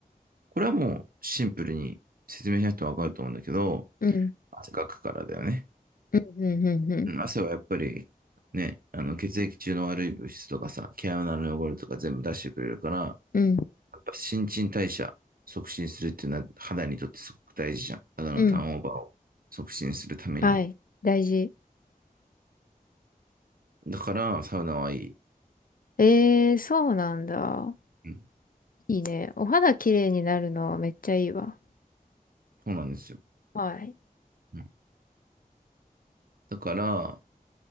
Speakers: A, on the right; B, on the left.
A: これはもうシンプルに説明しないと分かると思うんだけど、
B: うん。
A: 汗かくからだよね。
B: うん。うん。うん。
A: うん、汗はやっぱりね、あの血液中の悪い物質とかさ、毛穴の汚れとか全部出してくれるから、
B: うん。うん。
A: やっぱ新陳代謝促進するっていうのは肌にとってすごく大事じゃん。肌のターンオーバーを促進するためにも。
B: うんはい。大事。
A: だから、サウナはいい。
B: ええ、そうなんだ。
A: うん、
B: いいね。お肌きれいになるのめっちゃいいわ。
A: そうなんですよ。
B: はい。
A: うん、だから、